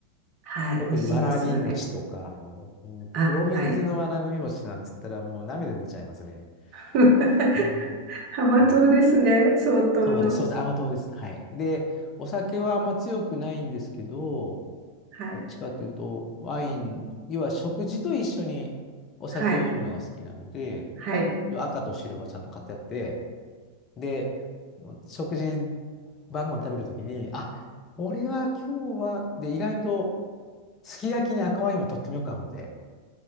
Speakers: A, on the right; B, on the left.
A: はい。
B: 特にわらび餅とか、
A: 美味しいですよね。
B: あの、うん黒蜜のわらび餅なんて言ったらもう涙出ちゃいますね。
A: あ、はい。<laughs>
B: うん、
A: 浜島ですね、
B: そう
A: 相当の。
B: そうです、そうです。甘党です。はい。で、お酒はあんま強くないんですけど、
A: はい、
B: どっちかというと、ワイン、要は食事と一緒にお酒を飲むのが好きなので、
A: はい、はい。
B: 一応赤と白はちゃんと買ってあって、で、食事、晩ご飯食べるときに、あ、これは今日は、で、意外と、すき焼きに赤ワインはとってもよく合うので、